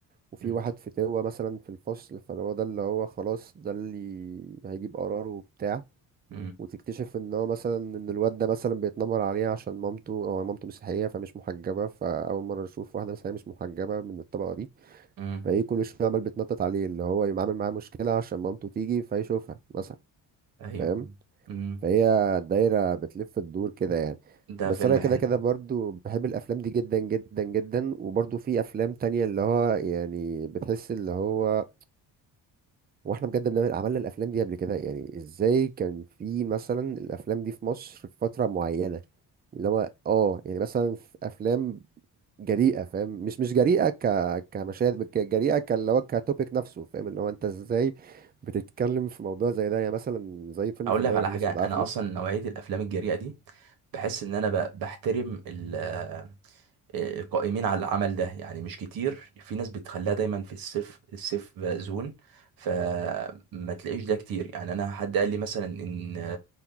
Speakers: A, on the right; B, on the right.
A: وفي
B: مم.
A: واحد فتاوة مثلا في الفصل فهو ده اللي هو خلاص ده اللي هيجيب قراره وبتاع
B: مم.
A: وتكتشف ان هو مثلا ان الواد ده مثلا بيتنمر عليه عشان مامته او مامته مسيحية فمش محجبة فأول مرة يشوف واحدة مسيحية مش محجبة من الطبقة دي
B: مم.
A: فايه كل شوية عمال بيتنطط عليه اللي هو يعمل معاه مشكلة عشان مامته تيجي فيشوفها مثلا
B: ايوه
A: فاهم
B: مم.
A: فهي دايرة بتلف الدور كده يعني
B: ده
A: بس
B: فيلم
A: انا كده
B: حلو
A: كده برضو بحب الافلام دي جدا جدا جدا وبرضو في افلام تانية اللي هو يعني بتحس اللي هو واحنا بجد بنعمل عملنا الافلام دي قبل كده يعني ازاي كان في مثلا الافلام دي في مصر في فترة معينة اللي هو اه يعني مثلا في افلام جريئة فاهم مش مش جريئة ك كمشاهد ك- جريئة كاللي هو كتوبيك نفسه فاهم اللي هو انت ازاي بتتكلم في موضوع زي ده يعني مثلا زي فيلم
B: اقول
A: فبراير
B: لك على
A: الاسود
B: حاجه انا
A: عارفه
B: اصلا نوعيه الافلام الجريئه دي بحس ان انا ب- بحترم ال- آه، القائمين على العمل ده يعني مش كتير في ناس بتخليها دايما في السيف السيف زون فما تلاقيش ده كتير يعني انا حد قال لي مثلا ان